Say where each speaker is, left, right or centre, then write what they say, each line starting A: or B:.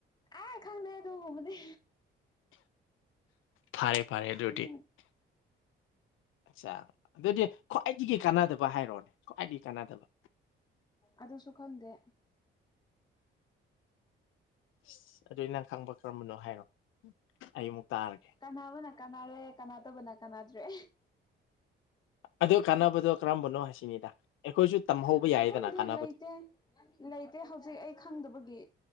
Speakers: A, on the left; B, on the left.
A: ꯑꯥ ꯈꯪꯗꯦ ꯑꯗꯨꯒꯨꯕꯗꯤ
B: ꯐꯥꯔꯦ ꯐꯥꯔꯦ ꯑꯗꯨꯗꯤ
A: ꯈꯪ
B: ꯑꯠꯆꯥ ꯑꯗꯨꯗꯤ ꯈ꯭ꯋꯥꯏꯗꯒꯤ ꯀꯥꯟꯅꯗꯕ ꯍꯥꯏꯔꯣꯅꯦ ꯈ꯭ꯋꯥꯏꯗꯒꯤ ꯀꯥꯟꯅꯗꯕ
A: ꯑꯗꯨꯁꯨ ꯈꯪꯗꯦ
B: ꯑꯁ ꯑꯗꯨꯏ ꯅꯪ ꯈꯪꯕ ꯀꯔꯝꯕꯅꯣ ꯍꯥꯏꯔꯣ ꯑꯩ ꯃꯨꯛ ꯇꯥꯔꯒꯦ
A: ꯀꯥꯟꯅꯕꯅ ꯀꯥꯟꯅꯔꯦ ꯀꯥꯟꯅꯗꯕꯅ ꯀꯥꯟꯅꯗ꯭ꯔꯦ
B: ꯑꯗꯨ ꯀꯥꯟꯅꯕꯗꯣ ꯀꯔꯝꯕꯅꯣ ꯁꯤꯅꯤꯗ ꯑꯩꯈꯣꯏꯁꯨ ꯇꯝꯍꯧꯕ ꯌꯥꯏꯗꯅ
A: ꯈꯪꯗꯦ
B: ꯀꯥꯟꯅꯕꯗꯨꯗꯤ
A: ꯂꯩꯇꯦ ꯂꯩꯇꯦ ꯍꯧꯖꯤꯛ ꯑꯩ ꯈꯪꯗꯕꯒꯤ